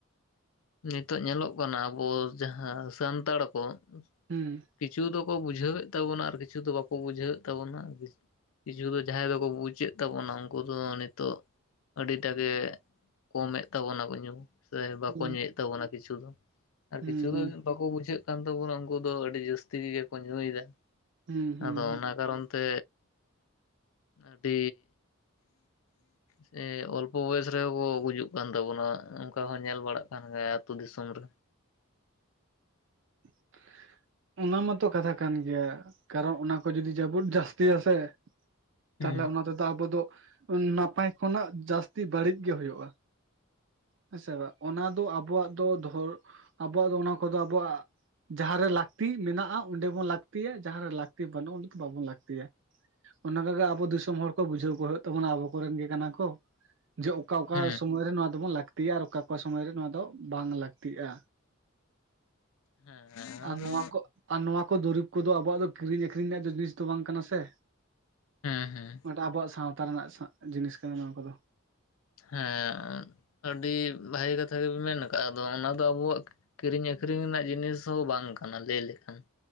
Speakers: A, on the left; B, on the right.
A: ᱱᱤᱛᱚᱜ ᱧᱮᱞᱚᱜ ᱠᱟᱱᱟ ᱟᱵᱚ ᱡᱟᱦᱟᱸ ᱥᱟᱱᱛᱟᱲ ᱠᱚ, ᱩᱦᱸᱸ
B: ᱦᱩᱸ
A: ᱠᱤᱪᱷᱩ ᱫᱚᱠᱚ ᱵᱩᱡᱷᱟᱹᱣᱮᱫ ᱛᱟᱵᱚᱱᱟ ᱟᱨ ᱠᱤᱪᱷᱩ ᱫᱚ ᱵᱟᱠᱚ ᱵᱩᱡᱷᱟᱹᱣᱮᱫ ᱛᱟᱵᱚᱱᱟ, ᱠᱤᱪᱷᱩ ᱫᱚ ᱡᱟᱦᱟᱸᱭ ᱫᱚᱠᱚ ᱵᱩᱡᱮᱫ ᱛᱟᱵᱚᱱᱟ ᱩᱱᱠᱩ ᱫᱚ ᱱᱤᱛᱚᱜ, ᱟᱹᱰᱤᱴᱟᱜ ᱜᱮ ᱠᱚᱢᱮᱫ ᱛᱟᱵᱚᱱᱟ ᱠᱚ ᱧᱩ ᱥᱮ,
B: ᱦᱩᱸ
A: ᱠᱚ ᱧᱩᱭᱮᱫ ᱛᱟᱵᱚᱱᱟ ᱠᱤᱪᱷᱩ ᱫᱚ ᱟᱨ
B: ᱦᱩᱸ
A: ᱠᱤᱪᱷᱩ
B: ᱦᱩᱸ
A: ᱫᱚ ᱵᱟᱠᱚ ᱵᱩᱡᱷᱟᱹᱜ, ᱛᱟᱵᱚᱱᱟ ᱩᱱᱠᱩ ᱫᱚ ᱟᱹᱰᱤ ᱡᱟᱹᱥᱛᱤ ᱠᱚᱜᱮ ᱠᱚ ᱧᱩᱭ ᱫᱟ
B: ᱦᱩᱸ ᱦᱩᱸ
A: ᱟᱫᱚ
B: ᱦᱩᱸ
A: ᱚᱱᱟ ᱠᱟᱨᱚᱱ, ᱛᱮ ᱟᱹᱰᱤ, ᱥᱮ ᱚᱞᱯᱚ ᱵᱚᱭᱮᱥ ᱨᱮᱦᱚᱸ ᱠᱚ ᱜᱩᱡᱩᱜ ᱠᱟᱱ ᱛᱟᱵᱚᱱᱟ ᱚᱱᱠᱟ ᱦᱚᱸ ᱧᱮᱞ ᱵᱟᱲᱟᱜ, ᱠᱟᱱ ᱜᱟᱭᱟ ᱟᱹᱛᱩ ᱫᱤᱥᱚᱢ ᱨᱮ᱾
B: <inaudible> ᱚᱱᱟ ᱢᱟᱛᱚ ᱠᱟᱛᱷᱟ ᱠᱟᱱ ᱜᱮᱭᱟ ᱠᱟᱨᱚᱱ ᱚᱱᱟ ᱠᱚ ᱡᱩᱫᱤ ᱡᱟᱹᱯᱩᱫ ᱡᱟᱹᱥᱛᱤᱭᱟ ᱥᱮ, ᱛᱟᱦᱚᱞᱮ
A: ᱦᱩᱸ
B: ᱚᱱᱟ ᱛᱮᱫᱚ ᱟᱵᱚ ᱫᱚ ᱱᱟᱯᱟᱭ ᱠᱷᱚᱱᱟᱜ ᱡᱟᱹᱥᱛᱤ ᱵᱟᱹᱲᱤᱜ ᱜᱮ ᱦᱩᱭᱩᱜᱼᱟ᱾ ᱦᱮᱸᱥᱮ ᱵᱟᱝ ᱚᱱᱟ ᱫᱚ ᱟᱵᱚᱣᱟᱜ ᱫᱚ ᱫᱷᱚᱨ ᱟᱵᱚᱣᱟᱜ ᱫᱚ ᱚᱱᱟ ᱠᱚᱫᱚ ᱟᱵᱚᱣᱟᱜ, ᱡᱟᱦᱟᱸᱨᱮ ᱞᱟᱹᱠᱛᱤ ᱢᱮᱱᱟᱜᱼᱟ ᱚᱸᱰᱮ ᱵᱚᱱ ᱞᱟᱹᱠᱛᱤᱭᱟ᱾ ᱡᱟᱦᱟᱸᱨᱮ ᱞᱟᱹᱠᱛᱤ ᱵᱟᱹᱱᱩᱜᱼᱟ ᱚᱸᱰᱮ ᱫᱚ ᱵᱟᱵᱚᱱ ᱞᱟᱹᱠᱛᱤᱭᱟ᱾ ᱚᱱᱠᱟᱜᱮ ᱟᱵᱚ ᱫᱤᱥᱚᱢ ᱦᱚᱲ ᱠᱚ ᱵᱩᱡᱷᱟᱹᱣ ᱠᱚ ᱦᱩᱭᱩᱜ ᱛᱟᱵᱚᱱᱟ ᱟᱵᱚ ᱠᱚᱨᱮᱱ ᱜᱮ ᱠᱟᱱᱟ ᱠᱚ᱾ ᱡᱮ ᱚᱠᱟ ᱚᱠᱟ
A: ᱦᱩᱸ
B: ᱥᱚᱢᱚᱭᱨᱮ ᱱᱚᱣᱟ, ᱵᱚᱱ ᱞᱟᱹᱠᱛᱤᱜᱼᱟ ᱟᱨ ᱚᱠᱟ ᱚᱠᱟ ᱥᱚᱢᱚᱭ ᱨᱮ ᱱᱚᱣᱟ ᱫᱚ ᱵᱟᱝ ᱞᱟᱹᱠᱛᱤᱜᱼᱟ᱾
A: ᱦᱮᱸ ᱚᱱᱟ
B: ᱟᱨ
A: ᱫᱚ
B: ᱱᱚᱣᱟ ᱠᱚ ᱟᱨ ᱱᱚᱣᱟ ᱠᱚ ᱫᱩᱨᱤᱵᱽ ᱠᱚᱫᱚ ᱟᱵᱚᱣᱟᱜ ᱠᱤᱨᱤᱧ ᱟᱠᱠᱷᱨᱤᱧ ᱨᱮᱭᱟᱜ ᱫᱚ ᱡᱤᱱᱤᱥ ᱫᱚ ᱵᱟᱝ ᱠᱟᱱᱟ ᱥᱮ,
A: ᱦᱮᱸ ᱦᱮᱸ
B: ᱱᱚᱣᱟᱴᱟᱜ ᱟᱵᱚᱣᱟᱜ ᱥᱟᱶᱛᱟ ᱨᱮᱱᱟᱜ ᱡᱤᱱᱤᱥ ᱠᱟᱱᱟ ᱱᱚᱣᱟ ᱠᱚᱫᱚ᱾
A: ᱦᱮᱸ ᱟᱹᱰᱤ ᱵᱷᱟᱜᱤ ᱠᱟᱛᱷᱟ ᱜᱮᱵᱤᱱ ᱢᱮᱱ ᱠᱟᱜ ᱼᱟ ᱟᱫᱚ ᱚᱱᱟᱫᱚ ᱟᱵᱚᱣᱟᱜ᱾ ᱠᱤᱨᱤᱧ ᱟᱠᱷᱨᱤᱧ ᱨᱮᱱᱟᱜ ᱡᱤᱱᱤᱥ ᱦᱚᱸ ᱵᱟᱝ ᱠᱟᱱᱟ ᱞᱟᱹᱭ ᱞᱮᱠᱷᱟᱱ